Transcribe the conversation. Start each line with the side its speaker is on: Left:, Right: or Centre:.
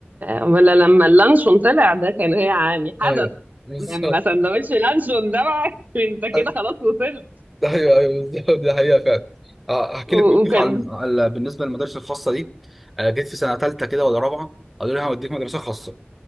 Right: ولا لما اللانشون طلع ده كان يعني حدث
Centre: ايوه بالظبط
Right: لما سندوتش لانشون ده بقى <laughs> انت
Centre: <laughs> أيوة.
Right: كده خلاص وصلت
Centre: ده ايوه ايوه بالظبط ده حقيقه فعلا آه، احكي
Right: و-
Centre: لك موقف
Right: وكان
Centre: على الم- على- بالنسبه للمدارس الخاصه دي آه، جيت في سنه ثالثه كده ولا رابعه قالوا لي هوديك مدرسه خاصه